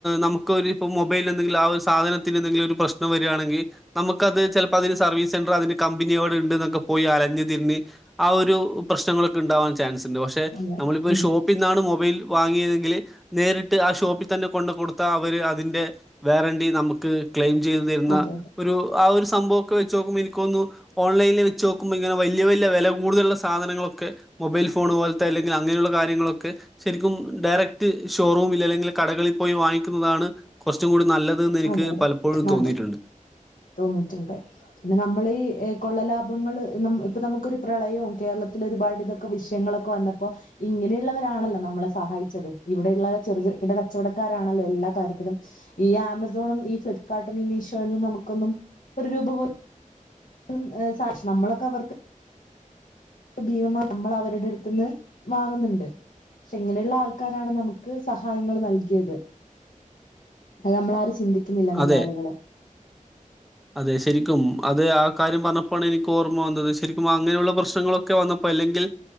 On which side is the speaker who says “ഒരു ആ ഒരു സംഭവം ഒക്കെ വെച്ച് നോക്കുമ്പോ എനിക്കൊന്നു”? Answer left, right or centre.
Centre